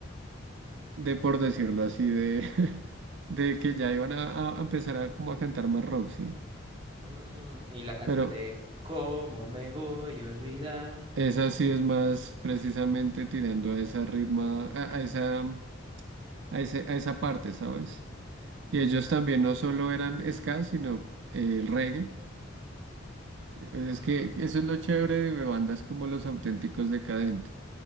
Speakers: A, on the right; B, on the right.
A: de por decirlo así, de, <laughs> de que ya iban a, a empezar a como a cantar más rock, ¿sí?
B: Mm, y la canción
A: Pero
B: de ¿Cómo me voy a olvidar?
A: esa sí es más precisamente tirando a esa ritma, a, a esa, a ese- a esa parte, ¿sabes? Y ellos también no solo eran ska, sino eh, el reggae. Es
B: Mm,
A: que eso es lo chévere de bandas como Los Auténticos Decadentes,